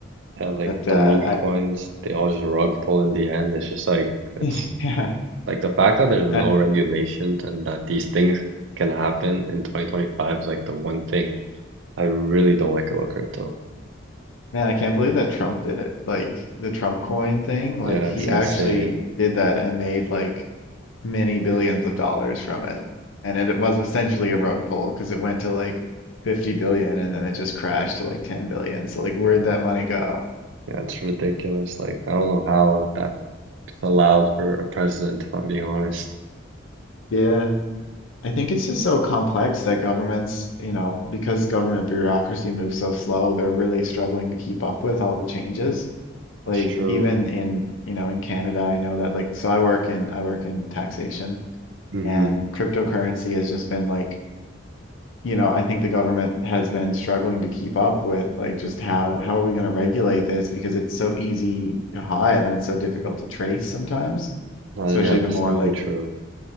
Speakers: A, on the right; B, on the left.
A: And like
B: But
A: the
B: uh
A: meme
B: I
A: coins, they all just rug pull in the end. It's just like that's
B: <laughs> yeah,
A: like the fact that there's no
B: I
A: regulations and that these things can happen in 2025 is like the one thing I really don't like about crypto.
B: man, I can't believe that Trump did it. Like the Trump coin thing, like
A: Yeah,
B: he
A: it's insane.
B: actually did that and made like many billions of dollars from it. And it, it was essentially a rug pull because it went to like 50 billion and then it just crashed to like 10 billion. So like where'd
A: Yeah,
B: that money go?
A: yeah, it's ridiculous. Like I don't know how that's allowed for a president, if I'm being honest.
B: Yeah. I think it's just so complex that governments, you know, because government bureaucracy moves so slow, they're really struggling to keep up with all the changes. Like
A: That's true.
B: even in, you know, in Canada, I know that like so I work in I work in taxation
A: Mm-hmm.
B: and cryptocurrency has just been like you know, I think the government has been struggling to keep up with like just how how are we going to regulate this because it's so easy to hide and it's so difficult to trace sometimes,
A: Uh,
B: especially
A: yeah, that's
B: the more
A: definitely
B: like
A: true.